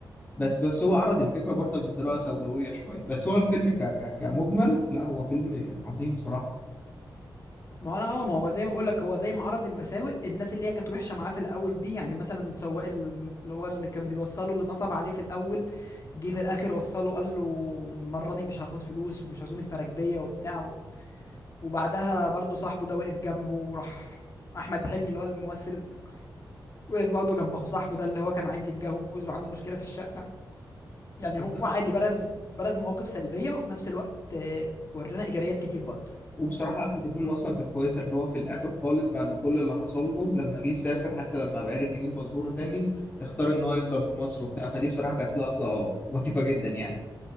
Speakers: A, on the left (about 25°); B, on the left (about 40°).
A: بس بس هو عرض الفكره برضك بطريقه سوداويه شويه بس هو الفيلم ك ك كمجمل لا هو فيلم عظيم بصراحه
B: ما انا اه ما هو بقى زي ما بقول لك هو زي معرض المساوئ الناس اللي هي كانت وحشه معاه في الاول دي يعني مثلا سواق الم- اللي هو اللي كان بيوصله اللي نصب عليه في الاول جه في الاخر وصله قال له المره دي مش هاخد فلوس ومش عزومه مراكبيه وبتاع وبعدها برضه صاحبه ده وقف جنبه وراح احمد حلمي اللي هو الممثل وقف برضه جنب اخو صاحبه ده اللي هو كان عايز يتجوز وعنده مشكله في الشقه يعني
A: صدق
B: هو عادي برز برز مواقف سلبيه وفي نفس الوقت آه، ورينا ايجابيات كتير برضه
A: وبصراحه قفله الفيلم اصلا كانت كويسه اللي هو في الاخر خالص بعد كل اللي حصل له لما جه يسافر حتى لما عرف يجيب باسبوره تاني اختار ان هو يفضل في مصر وبتاع فدي بصراحه كانت لقطه لطيفه جدا يعني